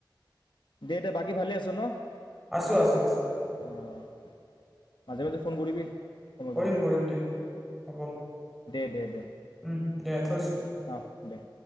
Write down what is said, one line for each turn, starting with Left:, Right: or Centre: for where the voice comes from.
Left: দে দে বাকী ভালে আছ ন
Centre: আছো আছো আছো
Left: অঁ মাজে মাজে ফোন কৰিবি সময়
Centre: কৰিম
Left: পালে
Centre: কৰিম দে হ'ব উম
Left: দে দে দে
Centre: দে থৈছো
Left: অঁ দে